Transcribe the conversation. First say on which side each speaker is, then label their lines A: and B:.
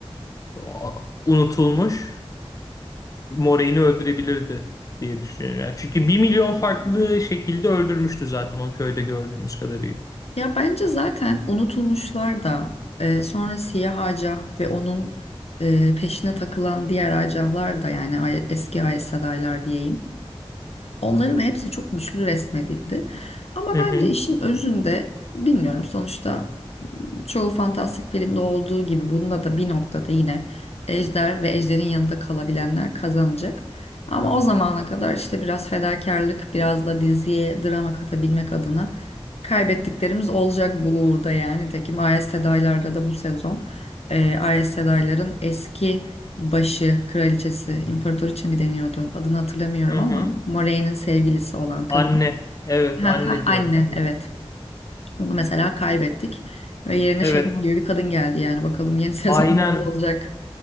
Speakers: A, on the left (about 35°); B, on the left (about 75°).
A: o- unutulmuş Morey'ni öldürebilirdi diye düşünüyorum. Yani çünkü bir milyon farklı şekilde öldürmüştü zaten o köyde gördüğümüz kadarıyla.
B: Ya bence zaten unutulmuşlar da e, sonra siyah acah ve onun e, peşine takılan diğer acahlar da yani ay- eski AES adaylar diyeyim. Onların hepsi çok güçlü resmedildi. Ama
A: Hı
B: bence
A: hı,
B: işin özünde bilmiyorum sonuçta Çoğu fantastik filmde olduğu gibi bunda da bir noktada yine ejder ve ejderin yanında kalabilenler kazanacak. Ama o zamana kadar işte biraz fedakarlık, biraz da diziye drama katabilmek adına kaybettiklerimiz olacak bu uğurda yani. Nitekim Ayas Sedaylar'da da bu sezon e, Ayas Sedaylar'ın eski başı, kraliçesi, imparator için mi deniyordu adını hatırlamıyorum
A: hı
B: ama
A: hı.
B: Moraine'in sevgilisi olan kadın.
A: Anne.
B: <laughs>
A: Evet
B: Ha
A: anne
B: ha anne
A: diyorlardı.
B: evet. Onu mesela kaybettik. Ve yerine
A: Evet.
B: şeytan gibi bir kadın geldi yani. Bakalım yeni <laughs> sezon
A: Aynen.
B: nasıl olacak.